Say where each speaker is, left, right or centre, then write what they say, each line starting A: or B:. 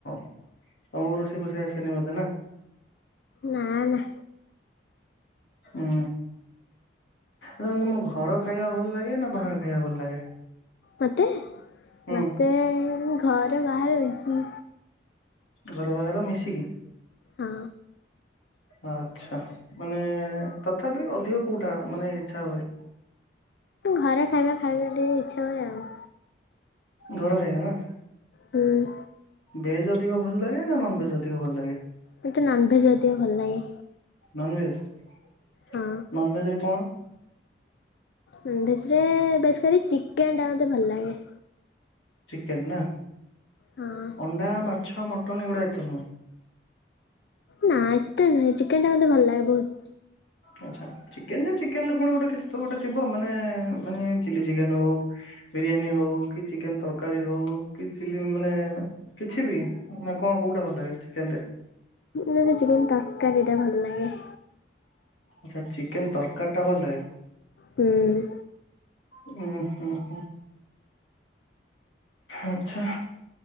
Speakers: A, on the left; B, on the left.
A: ତମକୁ ରୋଷେଇ ଫୋଷେଇ ଆସେନି ବୋଧେ ନା?
B: ନା ନା।
A: ଉଁ ହୁଁ ତମ ଘର ଖାଇବା ଭଲ ଲାଗେ ନା ବାହାର ଖାଇବା ଭଲ ଲାଗେ?
B: ମତେ
A: ହୁଁ
B: ମତେ ଘର ବାହାର <unintelligible>
A: ଘର ବାହର ମିଶିକି।
B: ହଁ।
A: ଆଚ୍ଛା ମାନେ ତଥାପି ଅଧିକ କୋଉଟା ମାନେ ଇଚ୍ଛା ହୁଏ?
B: ଘରେ ଖାଇବା ଖାଇବା ଟିକେ ଇଚ୍ଛା ହୁଏ ଆଉ।
A: ଘର ଖାଇବା ନା।
B: ହୁଁ।
A: ଭେଜ୍ ଅଧିକ ଭଲ ଲାଗେ ନା ନନଭେଜ୍ ଅଧିକ ଭଲ ଲାଗେ?
B: ମୋତେ ନନଭେଜ୍ ଅଧିକ ଭଲ ଲାଗେ।
A: ନନଭେଜ
B: ହଁ
A: ନନଭେଜ ରେ କଣ?
B: ନନଭେଜ ରେ ବେଶିକରି ଚିକେନ୍ ଟା ମୋତେ ଭଲ ଲାଗେ।
A: ଚିକେନ୍ ନା
B: ହଁ।
A: ଅଣ୍ଡା ମାଛ ମଟନ୍ ଏଗୁଡ଼ା ଏତେ ନୁହଁ।
B: ନା ଏତେ ନୁହଁ ଚିକେନ ଟା ମତେ ଭଲ ଲାଗେ ବହୁତ।
A: ଆଛା ଚିକେନ ଯେ ଚିକେନ ପୁଣି ଗୋଟେ କିଛି ତ ଗୋଟେ ଥିବ ମାନେ ମାନେ ଚିଲି ଚିକେନ ହଉ। ବିରିୟାନୀ ହଉ କି ଚିକେନ ତରକାରୀ ହଉ କି ଚିଲ୍ଲୀ ମାନେ କିଛି ବି ନା କଣ କୋଉଟା ଭଲ ଲାଗେ ଚିକେନ ରେ?
B: ନା ଚିକେନ ତରକାରୀ ଟା ଭଲ ଲାଗେ।
A: ଆଛା ଚିକେନ ତରକାରୀ ଟା ଭଲ ଲାଗେ।
B: ହୁଁ।
A: ଓ ହୋ ହୋ। ଆଚ୍ଛା।